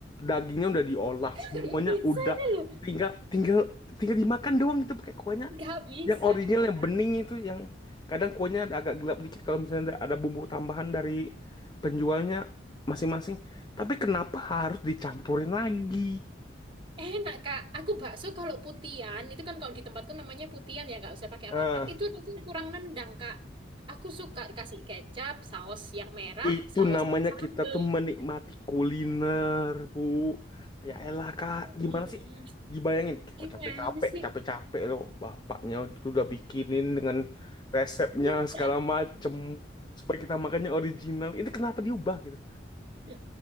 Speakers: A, on the left; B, on the right.
A: dagingnya udah diolah
B: <laughs>
A: semuanya
B: nggak bisa
A: udah
B: itu loh.
A: tinggal tinggal tinggal dimakan doang gitu pakai kuahnya
B: Nggak bisa,
A: yang original
B: Kak.
A: yang bening itu yang kadang kuahnya ada agak gelap dikit kalau misalnya ada, ada bumbu tambahan dari penjualnya masing-masing tapi kenapa harus dicampurin lagi
B: Enak, Kak. Aku bakso kalau putian, itu kan kalau di tempatku namanya putian ya, nggak usah pakai
A: ah
B: apa-apa. Itu rasanya kurang nendang, Kak. Aku suka dikasih kecap, saus yang merah,
A: Itu
B: saus
A: namanya
B: yang sambel.
A: kita tuh menikmati kuliner, Bu. Ya elah, Kak.
B: Hmm,
A: Gimana sih? Dibayangin,
B: gimana
A: oh capek-capek,
B: sih?
A: capek-capek loh. Bapaknya itu udah bikinin dengan resepnya
B: Enggak.
A: segala macem. Supaya kita makannya original. Itu kenapa diubah gitu?
B: Loh,